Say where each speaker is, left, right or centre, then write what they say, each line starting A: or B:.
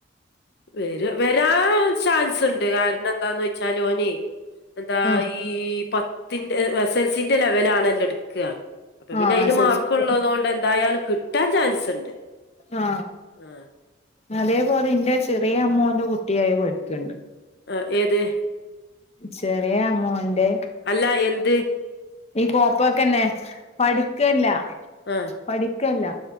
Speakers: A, on the left; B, on the left.
A: വരു വരാൻ ചാൻസ്ണ്ട്. കാരണം എന്താന്ന് വെച്ചാല് ഓനെ എന്താ
B: ആ
A: ഈ പ ത്തിന്റെ സെൽസിന്റെ ലെവലാണെല്ലോ എടുക്കുക അപ്പൊ
B: ആ
A: പിന്നെ അയി
B: എസ്
A: ന് മാർക്ക്ള്ള
B: എൽ സിക്ക്
A: തോണ്ട് എന്തായാലും കിട്ടാൻ ചാൻസ് ഉണ്ട്
B: ആ
A: ആ
B: അതേപോലെ ഇന്റെ ചെറിയ അമ്മോന്റെ കുട്ടിയത് പഠിക്ക്ണ്ട്.
A: ആ ഏത്?
B: ചെറിയ അമ്മോന്റെ
A: അല്ലാ എന്ത്?
B: കോപ്പൊക്കെന്നെ പഠിക്കല്ല
A: <unintelligible>
B: പഠിക്കല്ല